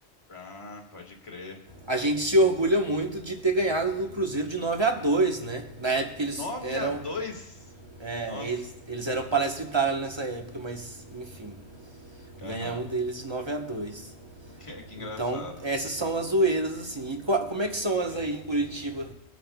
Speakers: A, on the left (about 30°); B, on the right (about 25°).
A: Ah, pode crer.
B: A gente se orgulha muito de ter ganhado do Cruzeiro de nove a dois né? Na época eles
A: nove
B: eram
A: a dois
B: é,
A: Nossa.
B: eles, eles eram Palestra Itália nessa época, mas enfim,
A: Aham.
B: ganhamos deles
A: <laughs>
B: de nove a dois
A: Que, que engraçado.
B: Então, essas são as zoeiras, assim. E co- como é que são as
A: Sim.
B: aí em Curitiba?